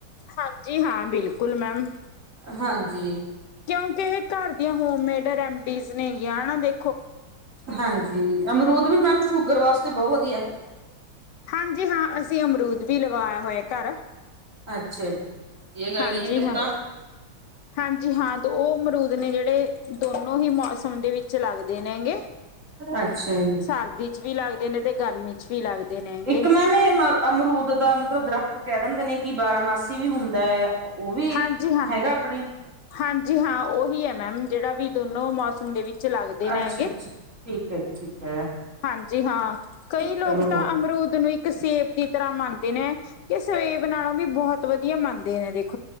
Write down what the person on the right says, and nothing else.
ਹਾਂਜੀ।
ਹਾਂਜੀ। ਅਮਰੂਦ ਮੈਮ ਸ਼ੂਗਰ ਵਾਸਤੇ ਬਹੁਤ ਵਧੀਆ
ਅੱਛਾ ਜੀ। ਇਹ ਗੱਲ
ਹੈ ਜੀ ਫਿਰ
ਤਾਂ
ਅੱਛਾ ਜੀ
ਇੱਕ ਮੈਮ ਇਹ ਅਮਰੂਦ ਦਾ ਮਤਲਬ ਦਰਖਤ ਕਹਿ ਦਿੰਦੇ ਨੇ ਕਿ ਬਾਰਾਮਾਸੀ ਵੀ ਹੁੰਦਾ ਹੈ। ਉਹ ਵੀ
ਹੈਗਾ ਆਪਣੇ
ਅੱਛਾ,
ਅੱਛਾ ਠੀਕ ਹੈ ਜੀ। ਠੀਕ ਹੈ।
ਚਲੋ
ਬ